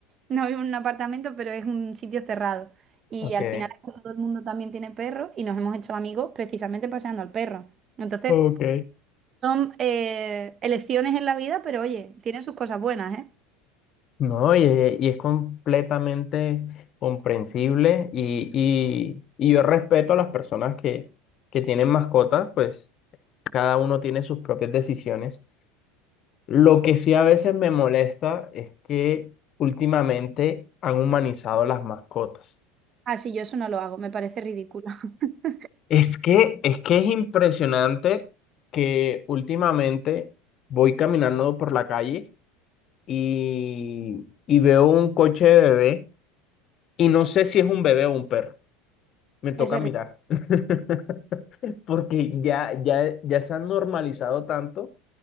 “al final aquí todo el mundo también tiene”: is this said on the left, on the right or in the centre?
Right